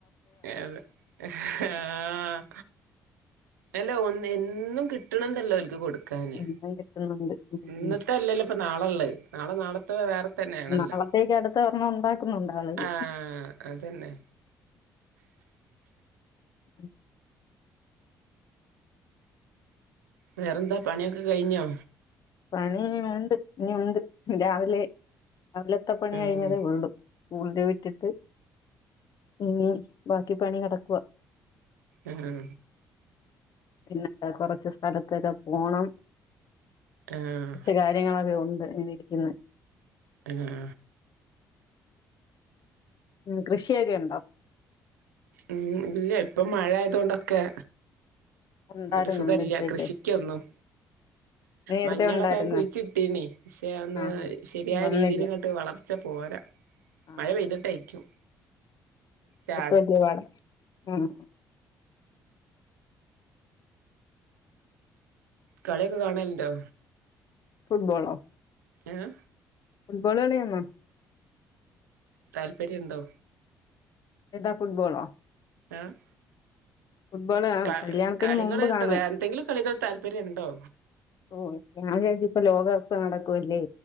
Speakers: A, on the right; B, on the left.
A: അത ആഹ് എല്ല ഒ- എന്നും കിട്ടണണ്ടല്ലോ അവൽ ക്ക് കൊടു ക്കാന്
B: എണ്ണ കിട്ടുന്നുണ്ട്
A: ഇന്നത്തെ
B: ഉം.
A: അല്ലെല്ലപ്പ നാളെള്ളെ നാളെ നാളത്ത വേറെ തന്നെയാണല്ലോ.
B: നാളത്തേക്ക് അടുത്ത ഒരെണ്ണം ഉണ്ടാക്കുന്നുണ്ട് ആളുകള്
A: ആഹ് അതന്നെ. <unintelligible>
B: ഉം
A: വേറെന്താ പണിയൊക്കെ കഴിഞ്ഞോ.
B: പണീനി ഒണ്ട് നീ ഒണ്ട് രാവി ലെ രാവിലത്തെ പണി
A: ഉം
B: കഴിഞ്ഞതേ ഒള്ളു സ്കൂളില് വിട്ടിട്ട് ഇനി ബാക്കി പണി കിടക്കുവ.
A: ആഹ്
B: പിന്നെ കൊറച്ച് സ്ഥലത്തൊക്കെ പോണം.
A: ആഹ്
B: ച്ച് കാര്യങ്ങളൊക്കെ ഒ <unintelligible>
A: ആഹ്
B: ഉം കൃഷിയൊക്കെ ഒണ്ടോ?
A: ഉം ഇല്ല ഇപ്പൊ മഴ ആയതൊണ്ടൊക്കെ
B: ഉണ്ടായിരുന്നു
A: ഒരു സുഖല്ല്യ
B: നേരത്തെ
A: കൃഷിക്കൊന്നും
B: നേരത്തെ
A: മഞ്ഞളൊക്കെ
B: ഉണ്ടായിരുന്നു
A: ഞാൻ കുഴിച്ചിട്ടീനി പക്ഷെ അതൊന്ന്
B: ആഹാ
A: ശരിയായ
B: വന്നില്ല
A: രീതില് അങ്ങട്ട് വളർച്ച പോരാ.
B: ആ
A: മഴ പെയ്തിട്ടായ്ക്കും രാ
B: <unintelligible> ആഹ്
A: കളിയൊക്കെ കാണലുണ്ടോ.
B: ഫുട്ബോളോ?
A: ഏഹ്
B: ഫുട്ബോള് കളിയാണോ
A: താല്പര്യണ്ടോ?
B: എതാ ഫുട്ബോളോ.
A: ആഹ്
B: ഫുട്ബോള് ആ,
A: ക
B: കല്യാണത്തിന്
A: കളികള്
B: മുമ്പ്
A: എന്താ
B: കാണും
A: വേന്തെങ്കിലും കളികൾ താല്പര്യംണ്ടോ?
B: ഓ ഞാൻ വിചാരിച്ച് ഇപ്പ ലോകകപ്പ് നടക്കുവല്ലേ.